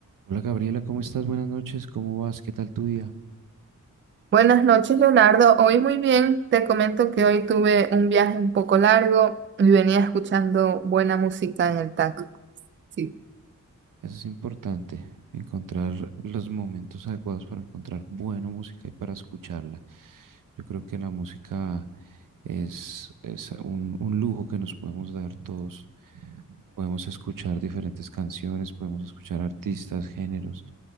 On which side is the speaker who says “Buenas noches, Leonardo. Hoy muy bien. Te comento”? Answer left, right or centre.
Right